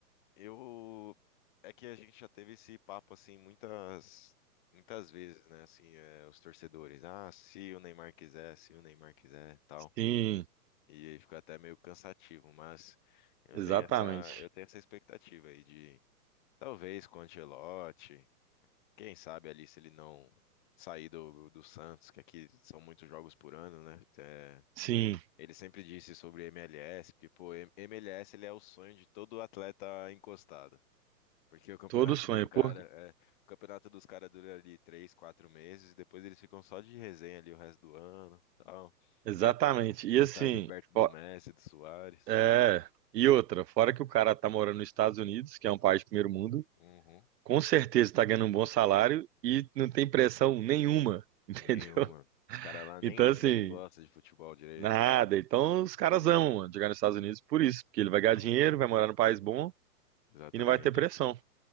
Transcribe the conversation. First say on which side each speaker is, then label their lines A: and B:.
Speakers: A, on the left (about 30°); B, on the right (about 90°).
A: Eu é que a gente já teve esse papo assim muitas muitas vezes, né? Assim, é, os torcedores, ah, se o Neymar quiser, se o Neymar quiser, tal.
B: Sim,
A: E aí fica até meio cansativo, mas eu
B: exatamente.
A: tenho essa eu tenho essa expectativa aí de talvez com o Ancelotti, quem sabe ali se ele não sair do do Santos, que aqui são muitos jogos por ano, né? É,
B: Sim,
A: ele sempre disse sobre MLS, porque pô, M- MLS ele é o sonho de todo atleta encostado. Porque o campeonato
B: todo sonho,
A: dos caras,
B: porque
A: é, o campeonato dos caras dura ali três, quatro meses, e depois eles ficam só de resenha ali o resto do ano, tal.
B: exatamente.
A: Ia tá, ia
B: E assim,
A: tá ali perto do
B: ó,
A: Messi, do Suárez.
B: é, e outra, fora que o cara tá morando nos Estados Unidos, que é um país de primeiro mundo,
A: Uhum.
B: com certeza tá ganhando um bom salário e não tem pressão nenhuma, <laughs> entendeu?
A: Nenhuma. Os caras lá nem,
B: Então assim,
A: nem gostam de futebol direito.
B: nada. Então os caras amam, mano, jogar nos Estados Unidos por isso, porque ele vai ganhar
A: Sim,
B: dinheiro, vai morar num país bom
A: exatamente,
B: e não vai ter pressão.